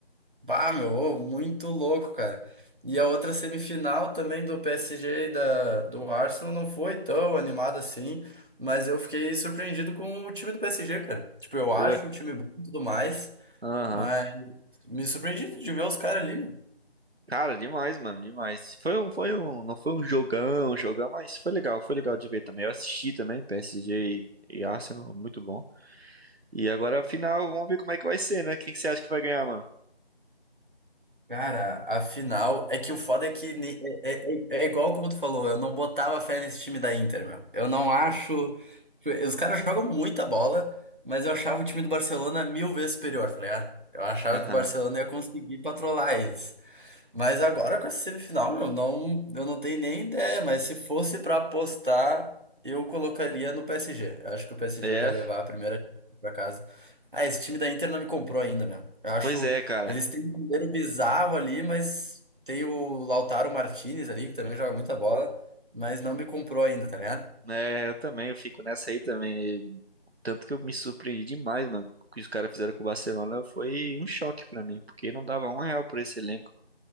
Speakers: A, on the right (about 55°); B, on the right (about 75°).
A: Bah, meu, ô, muito louco, cara. E a outra semifinal também do PSG e da, do Arsenal não foi tão animada assim, mas eu fiquei surpreendido com o time do PSG, cara. Tipo, eu
B: foi.
A: acho um time bom e tudo mais,
B: Aham.
A: mas me surpreendi de ver os caras ali, meu.
B: Cara, demais, mano, demais. Foi um, foi um, não foi um jogão, um jogão, mas foi legal, foi legal de ver também. Eu assisti também, PSG e, e Arsenal, muito bom. E agora, final, vamos ver como é que vai ser, né? Quem que você acha que vai ganhar, mano?
A: Cara, afinal, é que o foda é que ni- é, é, é é igual como tu falou, eu não botava fé nesse time da Inter, meu. Eu não acho. tipo, Os caras jogam muita bola, mas eu achava o time do Barcelona mil vezes superior, tá ligado? Eu achava
B: Aham.
A: que o Barcelona ia conseguir patrolar eles. Mas agora com essa semifinal, meu, não, eu não tenho nem ideia, mas se fosse pra apostar, eu colocaria no PSG. Eu acho que o PSG
B: É.
A: vai levar a primeira pra casa. Ah, esse time da Inter não me comprou ainda, meu. Eu acho,
B: Pois é, cara.
A: eles têm um goleiro bizarro ali, mas tem o Lautaro Martinez ali, que também joga muita bola, mas não me comprou ainda, tá ligado?
B: É, eu também, eu fico nessa aí também. Tanto que eu me surpreendi demais, mano. O que os caras fizeram com o Barcelona foi um choque pra mim, porque não dava um real por esse elenco.